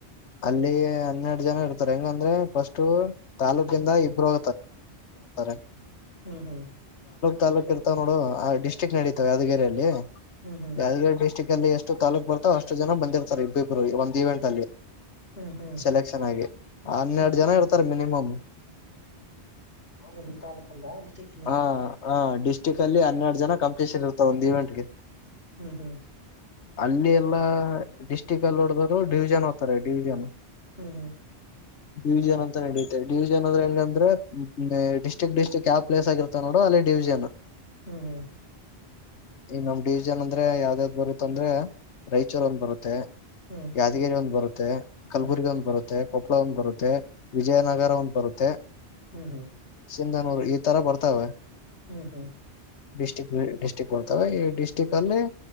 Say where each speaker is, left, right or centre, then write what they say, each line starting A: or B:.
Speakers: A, on the left; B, on the left.
A: ಅಲ್ಲಿ ಹನ್ನೆರಡು ಜನ ಇರ್ತಾರೆ ಹೆಂಗಂದ್ರೆ ಫಸ್ಟ್ ತಾಾಲೂಕಿಂದ ಇಬ್ಬ್ರ <unintelligible>
B: ಹ್ಮ್ ಹ್ಮ್.
A: ತಾಲೂಕ್ ಇರ್ತಾವ ನೋಡು ಆ ಡಿಸ್ಟಿಕ್ ನಡತಾವ ಯಾದಗಿರಿಯಲ್ಲಿ
B: ಹ್ಮ್ ಹ್ಮ್
A: ಯಾದಗಿರ ಡ್ಟಿಕ್ ಅಲ್ಲಿ ಎಷ್ ಎಷ್ಟ ತಾಲೂಕ್ ಬರ್ತ ಅಷ್ಟ ಜನ ಬಂದಿರ್ತ ಇಬ್ಬಬ್ರು ಒಂದ ಇವೆಂಟ್ ಅಲ್ಲಿ.
B: ಹ್ಮ್ ಹ್ಮ್
A: ಸೆಲೆಕ್ಷನ್ ಆಗಿ ಹನ್ನೆರಡು
B: ಹ್ಮ್
A: ಜನ ಇರ್ತಾರೆ ಮಿನಿಮಮ್.
B: ಒಂದ್ ತಾಲೂಕಿಂದ ಡಿಸ್ಟಿಕ್ ಇಂದ.
A: ಹ ಹ ಡಿಸ್ಟಿಕ್ ಅಲ್ಲಿ ಹನ್ನೆರಡು ಜನ ಕಂ ಸ್ಪೆಷಲ್ ಇರ್ತಾ ಒಂದು ಇವೆಂಟ್ಗೆ.
B: ಹ್ಮ್ ಹ್ಮ್.
A: ಅಲ್ಲಿ ಎಲ್ಲಾ ಡಿಸ್ಟ್ರಿಕ್ ಅಲ್ಲಿ ನೋಡದ್ರು ಡಿವಿಜನ್ ಹೋಗ್ತಾರೆ ಡಿವಿಜನ್.
B: ಹ್ಮ್ ಹ್ಮ್.
A: ಡಿವಿಜನ್ ಅಂತ ನಡೀುತ್ತೆ ಡಿವಿಜನ್ ಅಂದ್ರೆ ಹೆಂಗ ಅ್ರ ಡಿಸ್ಟ್ರಿಕ್ ಡಿಸ್ಟ್ರಿಕ್ ಯಾವ ಪ್ಲೇಸ್ ಆಗಿರ್ತೋ ನೋ ಅಲ್ಲಿ ಡಿವಿಜನ್.
B: ಹ್ಮ್ ಹ್ಮ್.
A: ಈ ನಮ ಡಿವಿಜನ್ ಅಂದ್ರೆ ಯಾವ್ದ್ಯ್ದ್ ಬರುತ್ತ ಅಂದ್ರೆ ರಾಯಚೂರ್ಂದ್ ಬರುತ್ತೆ.
B: ಹ್ಮ್
A: ಯಾದಗಿರಿ ಒಂದ್ ಬರುತ್ತೆ ಕಲಬುರ್ಗಿ
B: ಹ್ಮ್
A: ಒಂದ್ ಬರುತ್ತೆ. ಕೊಪ್ಪಳ ಒಂದ್ ಬರುತ್ತೆ ವಿಜಯನಗರ ಒಂದ್ ಬರುತ್ತೆ.
B: ಹ್ಮ್ ಹ್ಮ್.
A: ಸಿಂದನೂರು ಈ ತರ ಬರ್ತಾವ.
B: ಹ್ಮ್ ಹ್ಮ್.
A: ಡಿಸ್ಟಿಕ್ ಡಿಸ್ಟಿಕ್ ಕೊಡ್ತವೆ ಈ ಡಿಸ್ಟಿಕ್ ಅಲ್ಲಿ.